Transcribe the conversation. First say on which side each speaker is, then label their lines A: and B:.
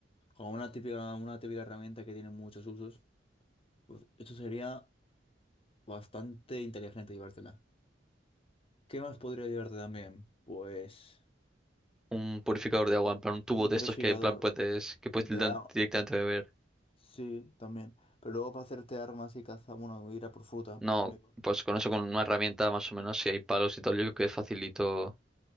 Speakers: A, on the left; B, in the centre.
A: como una típica, una típica herramienta que tiene muchos usos. Pues esto sería bastante inteligente llevártela. ¿Qué más podría llevarte también? Pues
B: Un purificador de agua, en plan un tubo
A: un
B: de
A: purificador
B: estos que en plan puedes que puedes
A: de agua.
B: directamente beber.
A: Sí, también. Pero luego para hacerte armas y caza, bueno, ir a por fruta,
B: No,
A: lo único.
B: pues con eso, con una herramienta más o menos, si hay palos y tal, yo creo que es facilito